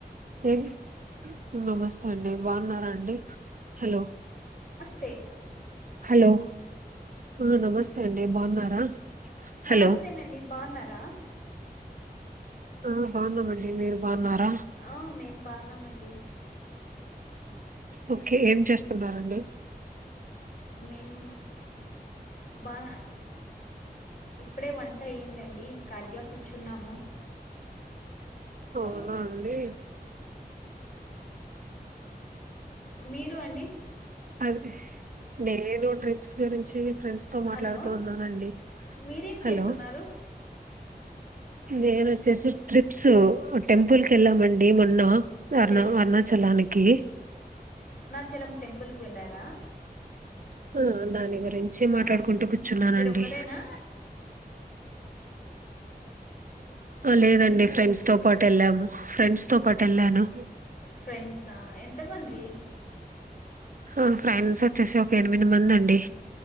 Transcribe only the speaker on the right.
ఏం నమస్తే అండి బాగున్నారా అండి హలో
హలో ఆ నమస్తే అండి బాగున్నారా? హలో
ఆ బాగున్నామండి మీరు బాగున్నారా
ఓకే ఏం చేస్తున్నారండి
అవునా
అండి
అదే నేనోదో ట్రై క్స్ గురించి ఫ్రెండ్స్ తో మాట్లాడుతూ
ఉన్నానండి
హలో
నేను వచ్ <unintelligible> ట్రిప్ ప్స్ టెంపుల్ కి వెళ్ళామండి మొన్న అరుణ
అరుణాచలానికి
ఆ దాని గురించి మాట్లాడుకుంటూ
కూర్చున్నానండి
లేదండి ఫ్రెండ్స్ తో పాటు వెళ్ళాము ఫ్రెండ్స్ తో పాటు వెళ్ళాను
ఆ ఫ్రెండ్స్ వచ్చేసి ఒక ఎనిమిది మంది అండి